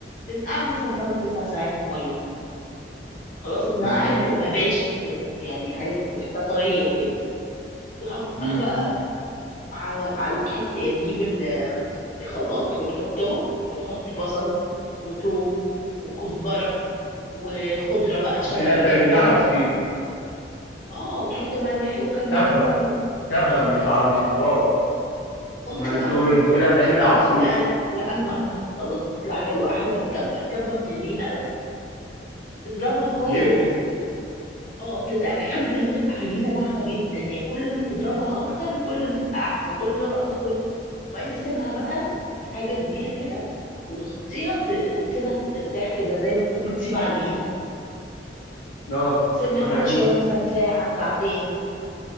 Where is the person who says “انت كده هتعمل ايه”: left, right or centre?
Left